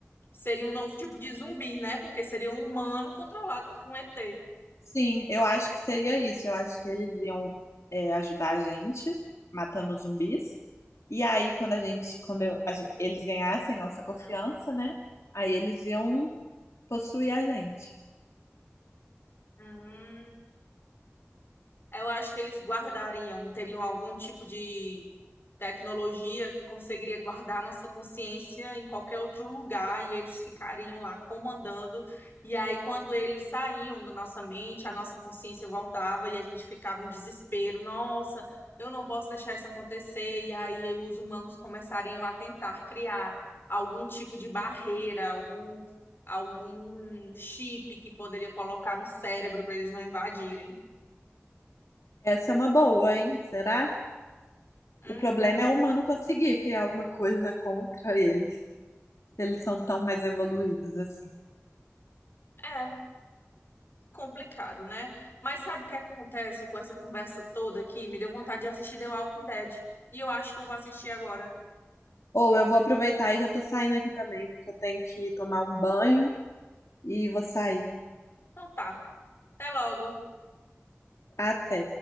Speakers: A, on the left; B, on the left.
A: seria um novo tipo de zumbi, né? Porque seria um humano controlado por um ET.
B: Sim, eu acho que seria isso. Eu acho que eles iam, é, ajudar a gente matando os zumbis. E aí, quando a gente, quando eu- a gen- eles ganhassem nossa confiança, né? Aí eles iam possuir a gente.
A: Hum, eu acho que eles guardariam, teriam algum tipo de tecnologia que conseguiria guardar nossa consciência em qualquer outro lugar e eles ficariam lá comandando. E aí, quando eles saíam da nossa mente, a nossa consciência voltava e a gente ficava em desespero. Nossa, eu não posso deixar isso acontecer. E aí, os humanos começariam a tentar criar algum tipo de barreira, algum, algum chip que poderia colocar no cérebro para eles não invadirem.
B: Essa é uma boa, hein? Será?
A: Hum,
B: O problema é o humano conseguir criar alguma coisa contra eles, se eles são tão mais evoluídos assim.
A: é complicado, né? Mas sabe o que acontece com essa conversa toda aqui? Me deu vontade de assistir The Walking Dead. E eu acho que eu vou assistir agora.
B: Ou eu vou aproveitar e já tô saindo aqui também, porque eu tenho que tomar um banho e vou sair.
A: Então tá. Até logo.
B: Até.